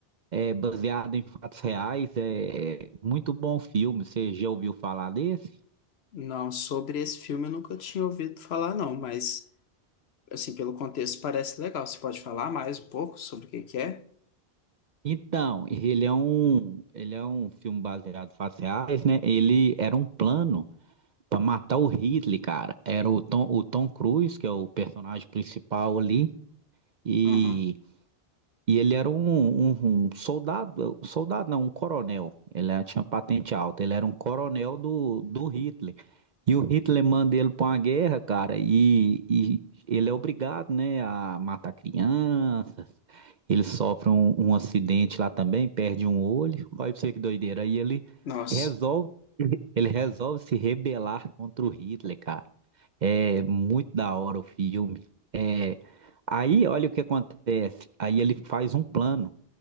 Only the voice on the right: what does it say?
é baseado em fatos reais. É é muito bom filme. Você já ouviu falar desse?
Então, ele é um, ele é um filme baseado em fatos reais, né? Ele era um plano para matar o Hitler, cara. Era o Tom, o Tom Cruise, que é o personagem principal ali, e
e ele era um, um- um soldado, soldado não, um coronel. Ele era- tinha patente alta, ele era um coronel do, do Hitler. E o Hitler manda ele para uma guerra, cara, e, e ele é obrigado, né, a matar crianças. Ele sofre um, um acidente lá também, perde um olho. Olha pra você que doideira. Aí ele
resolve, ele resolve se rebelar contra o Hitler, cara. É muito da hora o filme. É, aí, olha o que acontece. Aí ele faz um plano.